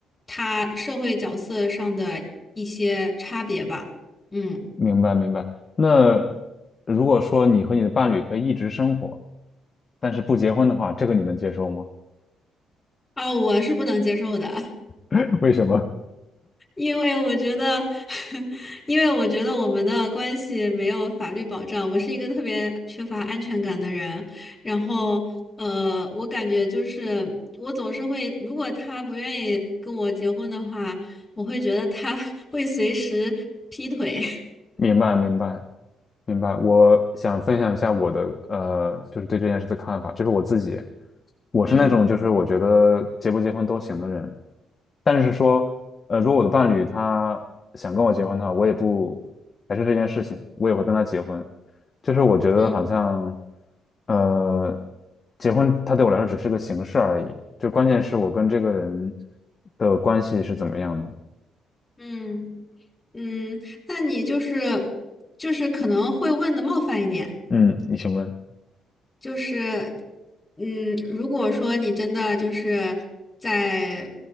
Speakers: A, on the left; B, on the left.
A: 他社会角色上的一些差别吧。嗯，
B: 明白明白。那如果说你和你的伴侣可以一直生活，但是不结婚的话，这个你能接受吗？
A: 啊，我是不能接受的，<laughs>
B: <laughs> 为什么？
A: 因为我觉得，<laughs> 因为我觉得我们的关系没有法律保障，我是一个特别缺乏安全感的人，然后。呃，我感觉就是我总是会，如果他不愿意跟我结婚的话，我会觉得他 <laughs> 会随时劈腿。
B: 明白明白明白。我想分享一下我的呃，就是对这件事的看法，就是我自己，我是那种就是我觉得结不结婚都行的人，
A: <laughs> 嗯
B: 但是说，呃，如果我的伴侣他想跟我结婚的话，我也不排斥这件事情，我也会跟他结婚。就是我觉得好像，
A: 嗯
B: 呃，结婚它对我来说只是个形式而已，就关键是我跟这个人的关系是怎么样的。
A: 嗯。嗯，那你就是就是可能会问的冒犯一点，
B: 嗯，你请问。
A: 就是嗯，如果说你真的就是在